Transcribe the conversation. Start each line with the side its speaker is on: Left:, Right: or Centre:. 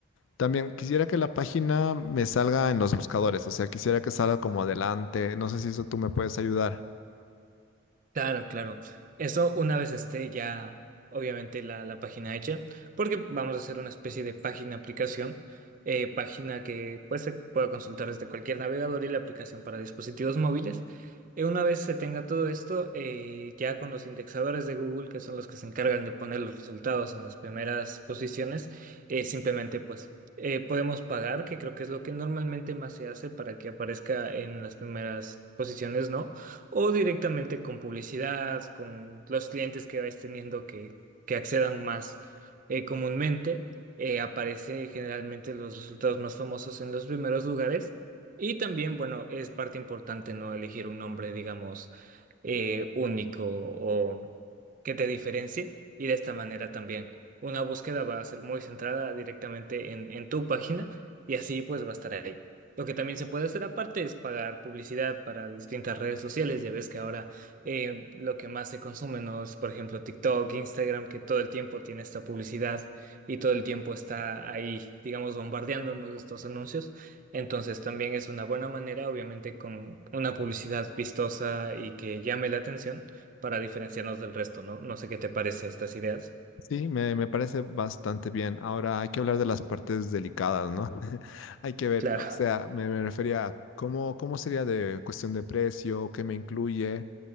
Left: también quisiera que la página me salga en los buscadores, o sea, quisiera que salga como adelante, no sé si eso tú me puedes ayudar.
Right: Claro, claro. Eso una vez esté ya, obviamente, la, la página hecha, porque vamos a hacer una especie de página aplicación, eh, página que pues, se pueda consultar desde cualquier navegador y la aplicación para dispositivos móviles. Eh, una vez se tenga todo esto, eh, ya con los indexadores de Google, que son los que se encargan de poner los resultados en las primeras posiciones, eh, simplemente pues eh, podemos pagar, que creo que es lo que normalmente más se hace para que aparezca en las primeras posiciones, ¿no? o directamente con publicidad, con los clientes que vais teniendo que, que accedan más eh, comúnmente. Eh, aparece generalmente los resultados más famosos en los primeros lugares. Y también, bueno, es parte importante no elegir un nombre, digamos, eh, único o que te diferencie y de esta manera también una búsqueda va a ser muy centrada directamente en, en tu página y así pues va a estar ahí. Lo que también se puede hacer aparte es pagar publicidad para distintas redes sociales. Ya ves que ahora eh, lo que más se consume no es, por ejemplo, TikTok, Instagram, que todo el tiempo tiene esta publicidad y todo el tiempo está ahí, digamos, bombardeándonos de estos anuncios. Entonces también es una buena manera, obviamente, con una publicidad vistosa y que llame la atención para diferenciarnos del resto, ¿no? No sé qué te parece estas ideas.
Left: Sí, me, me parece bastante bien. Ahora hay que hablar de las partes delicadas, ¿no? <laughs> Hay que ver,
Right: Claro,
Left: o sea, me, me refería a cómo, cómo sería de cuestión de precio, qué me incluye,